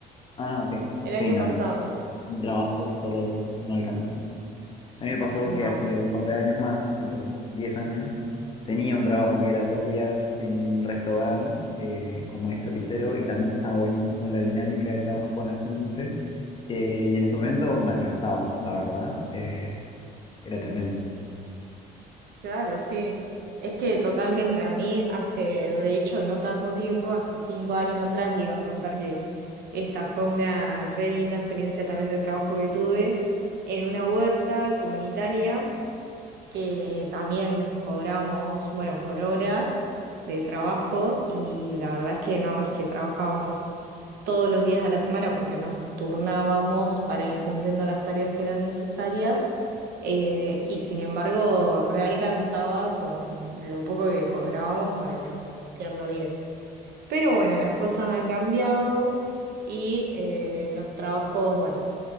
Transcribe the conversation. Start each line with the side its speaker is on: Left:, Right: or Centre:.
Left: Ah, ok.
Right: el
Left: Sí,
Right: año
Left: no.
Right: pasado.
Left: Un trabajo solo no alcanza. A mí me pasó
Right: No,
Left: que hace un par de años más, tipo 10 años, tenía un trabajo que era dos días en un resto bar eh, como maestro pisero y también estaba buenísimo la dinámica de trabajo con la gente. Eh, y en ese momento me alcanzaba, la verdad. eh, era tremendo.
Right: claro, sí. Es que totalmente, a mí hace, de hecho, no tanto tiempo, hace cinco años atrás iba a contar que esta fue una re linda experiencia también de trabajo que tuve en una huerta comunitaria que también cobramos, bueno, por hora de trabajo y la verdad es que no es que trabajábamos todos los días de la semana porque nos turnábamos para ir cumpliendo las tareas que eran necesarias eh, y sin embargo realcanzaba con lo poco que cobrábamos para, bueno, costear la vida. Pero bueno, las cosas han cambiado y eh, los trabajos, bueno,